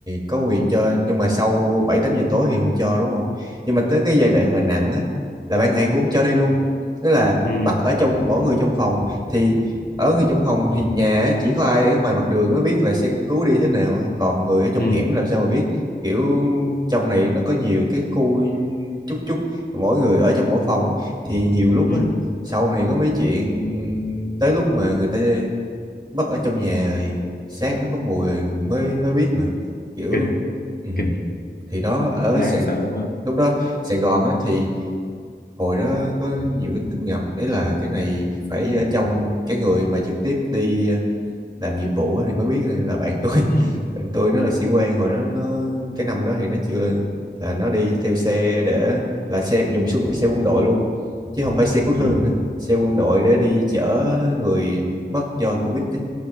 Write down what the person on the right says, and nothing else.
có quyền cho nhưng mà sau 7 8 giờ tối thì không cho đúng không nhưng mà tới cái giai đoạn mà nặng á là ban ngày cũng không cho đi luôn tức là
bắt ở trong mỗi người trong phòng thì ở người trong phòng thì nhà á, chỉ có ai ở ngoài mặt đường mới biết là xe cấp cứu đi thế nào ấy. còn người ở trong
hẻm làm sao mà biết kiểu trong này nó có nhiều cái khu chút chút mỗi người ở trong mỗi phòng á, thì nhiều lúc
á sau này có mấy chuyện tới lúc mà người ta mất ở trong nhà thì xác nó có mùi rồi mới mới biết mà kiểu
ừ.
thì đó ở
Sài,
lúc đó Sài Gòn á, thì hồi đó có nhiều cái tin ngầm đấy là cái này phải ở trong cái người mà trực tiếp đi ờ, làm nhiệm vụ á, thì mới biết Hay là bạn tôi <laughs>
bạn tôi nó là sĩ quan hồi đó nó cái năm đó thì nó chưa là nó đi theo xe để là xe dùng xe, xe quân đội luôn chứ không phải xe cứu thương
nữa xe quân đội để đi chở người mất do Covid ấy